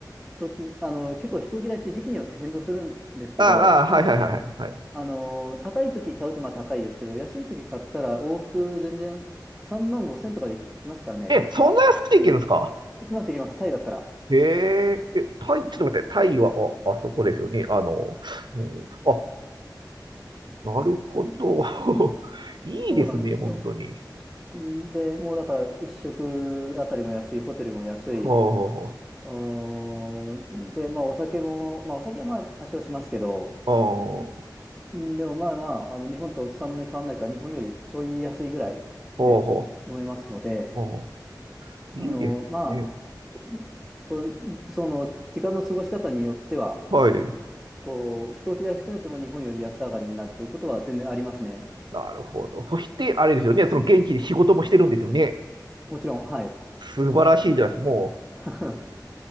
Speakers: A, in the centre; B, on the right.
A: 時、あの、結構飛行機代って時期によって変動するんですけど、
B: ああ、ああはいはいはいはいはい。
A: あの、高い時買うとまあ高いですけど、安い時買ったら往復全然3万5千とかで行き行きますからね。
B: え、そんな安くていけるんですか
A: 行きます、行きます。タイだったら。
B: へえ、え、タイ、ちょっと待って、タイは、あ、あそこですよね。あの、うん、あ、なるほど。<laughs> いいですね、
A: そうなんですよ。
B: 本当に。
A: で、もうだから一食あたりも安い、ホテルも安い。
B: はあ、は
A: うーんで、まあお酒も、まあお酒はまあ多少しますけど、
B: あ、は
A: んでもまあまあ、あの日本とそんなに変わんないから、日本よりちょい安いぐらいで飲めますので、
B: あ、はあ、あいいですね。
A: あの、まあ、ここうその時間の過ごし方によっては、
B: はい。
A: こう、飛行機代含めても日本より安上がりになるということは全然ありますね。
B: なるほど。そして、あれですよね、その現地で仕事もしてるんですよね。
A: もちろん、はい。
B: 素晴らしいじゃないですか。もう
A: <laughs> は